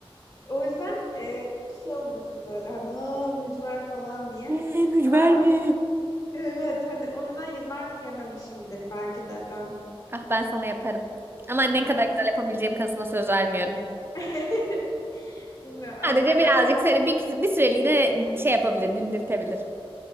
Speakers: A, on the left; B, on the right.
A: o yüzden e, şey oluruz biz böyle hani "Aa, mücver falan diye.
B: Ne, mücver
A: Ama
B: mi?
A: evet hani o yüzden yıllardır yememişimdir belki de ben.
B: Ah ben sana yaparım. Ama annen kadar
A: Aa,
B: güzel yapabileceğim kanısına söz vermiyorum.
A: <laughs> Bilmiyorum. An-
B: Sadece
A: annem
B: birazcık
A: o, kon-
B: seni bir, bir süreliğine şey yapabilir, dindirtebilir.